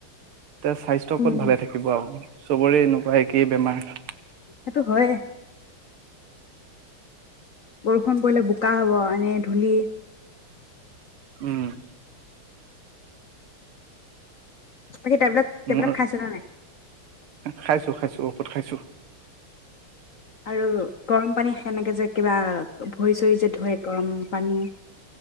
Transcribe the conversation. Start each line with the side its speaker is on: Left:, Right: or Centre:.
Right: তে স্বাস্থ্য ওপৰত
Left: উম,
Right: ভালে থাকিব আৰু। চবৰে এনেকুৱা একেই বেমাৰ।
Left: সেইটো হয়। বৰষুণ পৰিলে বোকা হ'ব এনে ধূলি।
Right: উম।
Left: বাকী টেবলেট টেবলেট
Right: মোৰ
Left: খাইছে নে নাই?
Right: খাইছো খাইছো খাইছো।
Left: আৰু গৰম পানী সেনেকে যে কিবা ভৰি চৰি যে ধুৱে গৰম পানীয়ে।